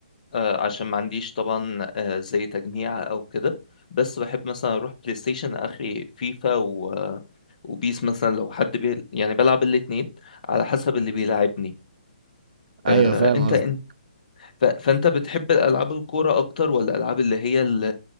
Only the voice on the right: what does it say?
ايوه
فاهم
قصدي